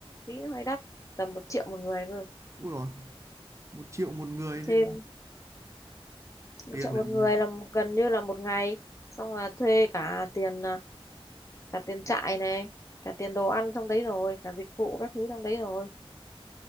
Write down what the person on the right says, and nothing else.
ui rồi một triệu một người
thì
tiền
là-